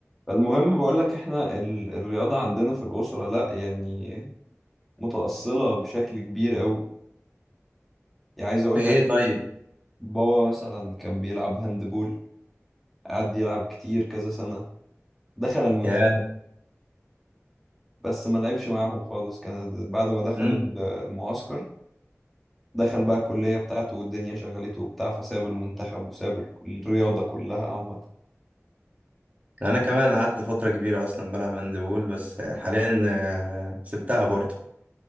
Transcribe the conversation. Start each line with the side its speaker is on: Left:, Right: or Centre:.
Centre: فالمهم بقول لك احنا ال- الرياضة عندنا في الأسرة لا يعني متأصلة بشكل كبير قوي يعني عايز اقول
Right: في ايه
Centre: لك
Right: طيب
Centre: بابا مثلا كان بيلعب هاندبول قعد يلعب كتير كذا سنة دخل المنتخب
Right: يا
Centre: بس ما لعبش معاهم خالص كان بعد ما دخل
Right: مم.
Centre: ال- المعسكر دخل بقى الكلية بتاعته والدنيا شغلته وبتاع فساب المنتخب وساب ال- الرياضة كلها عامة
Right: انا كمان قعدت فتره كبيره اصلا بلعب هاندبول بس حاليا آه، سبتها برضه